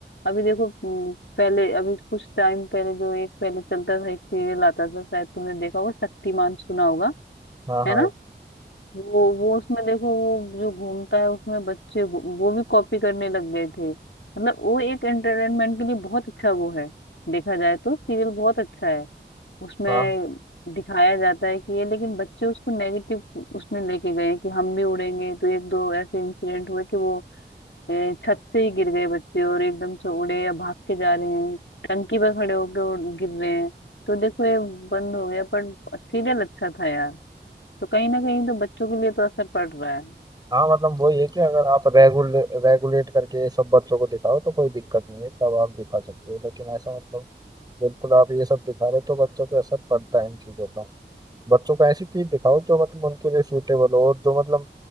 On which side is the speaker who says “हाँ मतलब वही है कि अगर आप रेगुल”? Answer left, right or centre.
Right